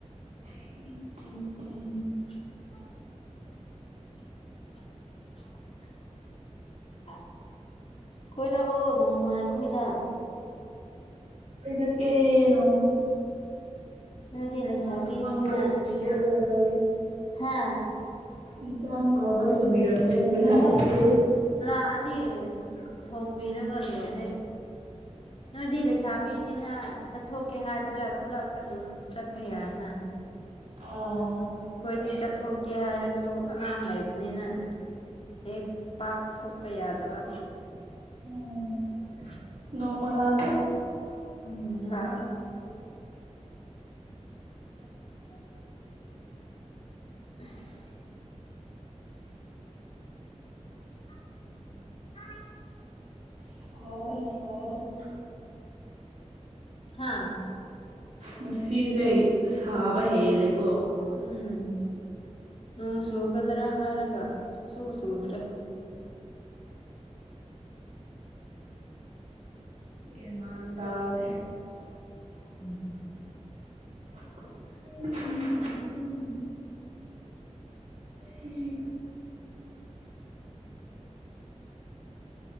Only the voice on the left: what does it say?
<inaudible> <unintelligible> ꯀꯣꯏꯔꯛꯑꯣ ꯅꯣꯡꯃ ꯑꯩꯈꯣꯏꯗ
ꯅꯣꯏꯗꯤ
ꯂꯩꯁꯥꯕꯤꯅꯤꯅ
ꯍꯥ
ꯍꯣꯏ ꯂꯥꯛꯑꯗꯤ ꯊꯣꯡꯕꯤꯔꯒ ꯂꯣꯏꯔꯦ ꯅꯣꯏꯗꯤ ꯂꯩꯁꯥꯕꯤꯅꯤꯅꯥ ꯆꯠꯊꯣꯛꯀꯦ ꯍꯥꯏꯕꯗ ꯈꯨꯗꯛꯇ ꯑꯗꯨꯝ ꯆꯠꯄ ꯌꯥꯏꯅ
ꯑꯈꯣꯏꯗꯤ ꯆꯠꯊꯣꯛꯀꯦ ꯍꯥꯏꯔꯁꯨ ꯑꯉꯥꯡ ꯂꯩꯕꯅꯤꯅ ꯍꯦꯛ ꯄꯥꯛ ꯊꯣꯛꯄ ꯌꯥꯗꯕ
<inaudible>
ꯎꯝ ꯂꯥꯛꯑꯣ <inaudible> <inaudible> <inaudible>
ꯍꯥꯥ
ꯎꯝ ꯅꯣꯡ ꯆꯨꯒꯗ꯭ꯔ ꯍꯥꯏꯔꯒ ꯁꯨꯡꯆꯨ ꯆꯨꯗ꯭ꯔꯦ
<unintelligible>